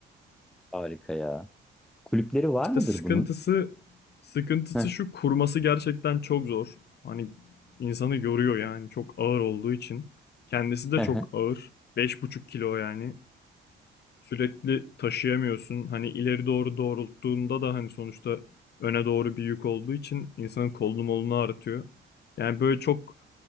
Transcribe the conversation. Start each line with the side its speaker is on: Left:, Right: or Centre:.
Centre: Harika ya. Kulüpleri var
Left: İşte
Centre: mıdır
Left: sıkıntısı
Centre: bunun?
Left: sıkıntısı
Centre: Heh,
Left: şu kurması gerçekten çok zor. Hani insanı yoruyor yani çok ağır olduğu için. Kendisi de
Centre: heh,
Left: çok
Centre: heh,
Left: ağır. Beş buçuk kilo yani sürekli taşıyamıyorsun. Hani ileri doğru doğrulttuğunda da hani sonuçta öne doğru bir yük olduğu için insanın kolunu molunu ağrıtıyor. Yani böyle çok